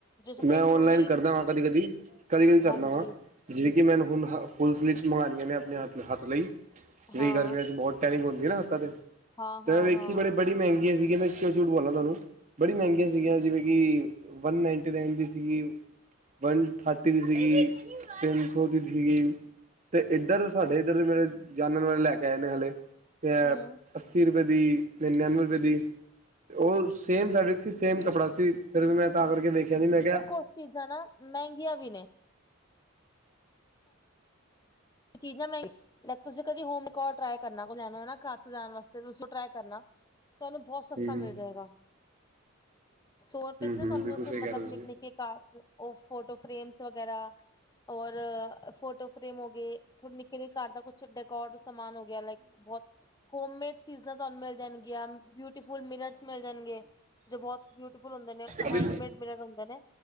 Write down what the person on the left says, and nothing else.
ਜੈਸੇ
ਕੋਈ ਨਿਊਲੀ
ਹਾਂਜੀ
ਹਾਂ
ਹਾਂ ਹਾਂ
ਹਾਂ
ਹੂੰ
ਕੁਛ ਚੀਜ਼ਾਂ ਨਾ ਮਹਿੰਗੀਆਂ ਵੀ ਨੇ। ਚੀਜ਼ ਨਾ ਮਹਿੰਗੀ ਤੁਸੀਂ ਕਦੀ ਹੋਮ ਟ ਕਰਨਾ ਘਰ ਜਾਣ ਵਾਸ ਟ ਕਰਨਾ। <unintelligible> <inaudible> ਤੁਹਾਨੂੰ ਬਹੁਤ ਸਸਤਾ
ਮਿਲ ਜਾਏਗਾ, ਸੌ ਰੁਪਏ
ਚ ਨਾ
ਤੁਹਾਨੂੰ
ਇਸੇ
ਮਤਲਬ
ਨਿੱ
ਨਿੱਕੇ ਕਾਰਸ, ਉਹ ਫੋਟੋ ਫ੍ਰੇਮਸ ਵਗੈਰਾ, ਔਰ ਫੋਟੋ ਫਰੇਮ ਹੋਗੇ ਥੋੜੇ ਨਿੱਕੇ ਨ ਘਰ ਦਾ ਕੁੱਛ ਡੈਕੋਰ ਸਮਾਨ ਹੋ ਗਿਆ, ਲਾਈਕ ਬਹੁਤ ਹੋਮੇਡ ਚੀਜ਼ਾਂ ਤੁਹਾਨੂੰ ਮਿਲ ਜਾਣਗੀਆਂ, ਬਿਊਟੀਫੁਲ ਮਿਰਰਸ ਮਿਲ ਜਾਣਗੇ, ਜੋ ਬਹੁਤ ਬਿਊਟੀਫੁਲ ਹੁੰਦੇ ਨੇ,
ਹੈਂਡਮੇਡ ਮਿਲਰ ਹੁੰਦੇ ਨੇ।